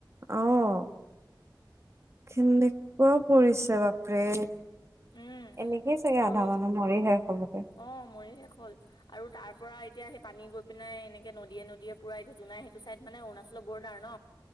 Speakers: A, on the right (about 35°); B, on the left (about 70°).
A: অঁ। কেনেকুৱা পৰিছে বাপৰে
B: উম
A: এনেকেই চাগে
B: আৰু
A: আধা মানুহ মৰি শেষ হ'বগে।
B: আৰু মৰি শেষ হ'ল আৰু তাৰ পৰা এতিয়া সেই পানী গৈ পিাই এনেকে নদীয়ে নদীয়ে পুৰা এতিয়া জাই সেইটো চাইদ মানে অৰুণাচলৰ বৰ্ডাৰ ন